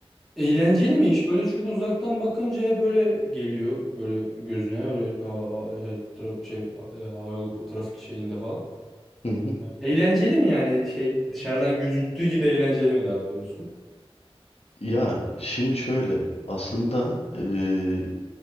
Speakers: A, in the centre; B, on the left.
A: e, eğlenceli mi iş? Böyle çünkü uzaktan bakınca hep böyle geliyor böyle gözüne öyle hava şey, tra- şey e, havayolu trafik şeyinde falan.
B: Hı hı.
A: Eğlenceli mi yani şey dışarıdan gözüktüğü gibi eğlenceli mi daha doğrusu?
B: Ya şimdi şöyle aslında e,